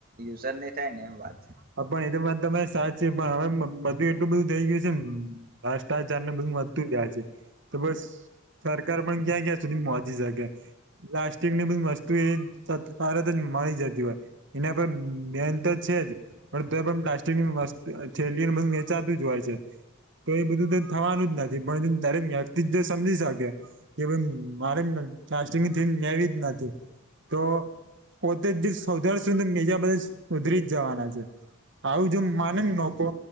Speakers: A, on the right; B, on the right.
A: યુઝ જ નહી થાય ને એમ વાત છે.
B: હ પણ એ તો વાત તમારી સાચ છે પણ હવે બધું એટલું બધું થઈ ગયું છે ને. ભ્રષ્ટાચાર ને બધું વધતું જાય છે, તો બસ સરકાર પણ ક્યાં ક્યાં સુધી જગ્યા પ્લાસ્ટિક ની બધી વસ્તુ એ તરત જ મળી જતી હોય. એના પર બેન તો છે જ. પણ ત પણ પ્લાસ્ટિકનીસ્ત થેલીને બધું વચાતું જ હોય છે. તો એ બધું તો થવાનું જ નથી પણ દરેક વ્યક્તિ જ જો સમજી શકે. કે ભ મારે નવી જ નથી. તો પોતે જ સૌધર સુધર મીજા બધા સુધરી જ જવાના છે. આવું જો માને ને લોકો,